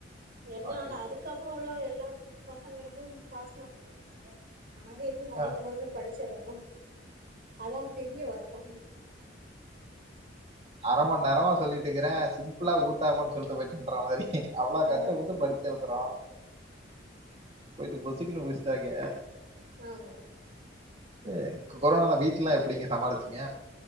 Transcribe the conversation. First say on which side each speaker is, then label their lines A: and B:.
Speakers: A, on the right; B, on the right.
A: என்னாட
B: அய்யய்யோ
A: அதுக்கப்புறோ உள்ள எல்லா <unintelligible> பசங்களுக்கும் பாஸ்மார்க் போட்ருக்காங்க நாங்க எங்க மாங்கு
B: அ
A: மாங்குன் படிச்சு எழு துனோ அதா பெரிய வருத்தோ ம்
B: அரமண்நேரமா சொல்லிட்டுக்கறே சிம்பிளா ஊத்தாப்பன் சொல்ட்டு போயிட்டன்ற மாரி அவ்ளோ
A: அதா
B: கஷ்டப்பட்டு படிச்சி எழுதுறோ போய்ட்டு பொசுக்குனு முடிச்டாய்ங்க
A: ஆமா
B: அ கொரோனால வீட்லா எப்டிங்க சமாளிச்சிங்க